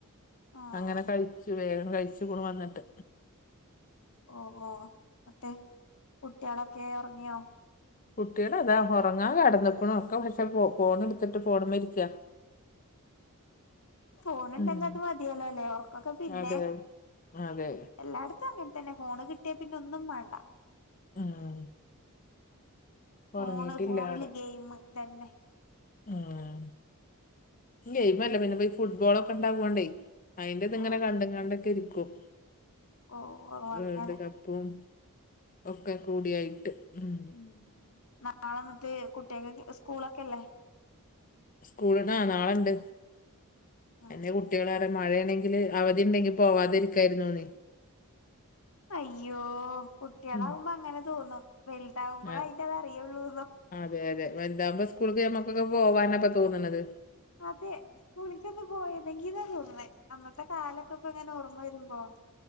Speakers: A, on the left; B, on the left.
A: ആഹ്
B: അങ്ങനെ കഴിച്ചു വേഗം കഴിച്ചു ക്ണ് വന്നിട്ട്
A: ഓ ഓ അത്തെ കുട്ടിയാളൊക്കെ ഒറ്ങ്ങിയോ
B: കുട്ടികള താ ഒറ്ങ്ങാൻ കടന്ന്ക്ക്‌ണു ഒക്കെ പക്ഷെ ഫോണ് ട്ത്തിട്ട് ഫോണ് മ്മേര്ക്കാ
A: ഫോണ് ണ്ടെങ്കി
B: ഉം
A: അത് മതിയലോല്ലെ ഒർക്കൊക്കെ പിന്നെ
B: അതെ അതെ
A: എല്ലായിടത്തും അങ്ങനെ തന്നെ ഫോണ് കിട്ടിയാ പിന്നെ ഒന്നും വേണ്ട
B: ഉം
A: ഫോണ്
B: ഉറങ്ങിയിട്ടില്ല
A: ഫോണില്
B: പറയ
A: ഗെയിമ് തന്നെ
B: ഉം ഗെയിമല്ലേ പിന്നെ ഈ ഫുട്ബോളോക്കെ ഇണ്ടാവോണ്ടേ അയിന്റെറ ത്
A: ആഹ്
B: ങ്ങനെ കണ്ട്കാണ്ടൊക്കെ രിക്കും
A: ഓ ഓ
B: വേൾഡ്
A: അങ്ങനെ
B: കപ്പും ഒക്കെ കൂടിയായിട്ട് ഉം
A: ഉം നാളെന്നിട്ട് കുട്ടാകൊക്കെ സ്കൂളൊക്കെല്ലേ
B: സ്കൂള് ആഹ് നാളണ്ട്
A: ആഹ്
B: എന്നെ കുട്ടികള മഴണെങ്ക ങ്കില് അവധി ണ്ടെങ്കി പോവാതിരിക്കായിരുന്നുന്
A: അയ്യോ കുട്ടികളാവുമ്പോ
B: ഉം
A: അങ്ങനെ തോന്നും വലുതാവുമ്പളാ
B: അ-
A: അയ്റ്റ അത് അറിയുള്ളൂ
B: അതെ അതെ വൽതാകുമ്പോ സ്കൂള്ക്ക് നമ്മക്കൊക്കെ പോവാനൊക്കെ തോന്ന്ണത്
A: അതെ സ്കൂള്ക്കൊക്കെ പോയതെങ്കിന്നാ തോന്ന്ണേ അന്നത്തെ കാലൊക്കെ പ്പ ങ്ങനെ ഓർമ്മ രുമ്പോ